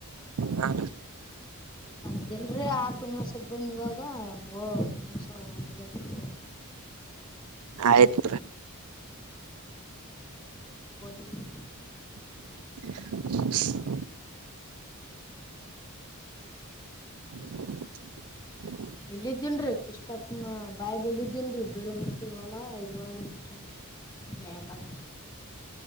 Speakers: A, on the right; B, on the left.
A: ಹಾ
B: ಹೌದೆಲ್ರ ಆಕಳ ಮಾಸಕ್ ಬಂದ್ ಇವಾಗ ಓ ಇನ್ನೊ್ಸ ಒಂದ್ ಗಂಟೆ
A: ಆಯ್ತ್
B: ಹೋಗ್ತೀವ್ರಿ
A: <unintelligible> <unintelligible>
B: ಇಲ್ಲಿದ್ದೇನ್ರರಿ ಕಷ್ಟಪ್ನ ಬಾಯಿ ಬಲ್ದ್ದೇನ್ರರಿ ಬೇರವ ಐದ್ ಒಳ ಐದ್ರ ಒಳಗೆ ಬಿಟ್ಟೇನ್ರಿ ಬೇಕ್ಂತ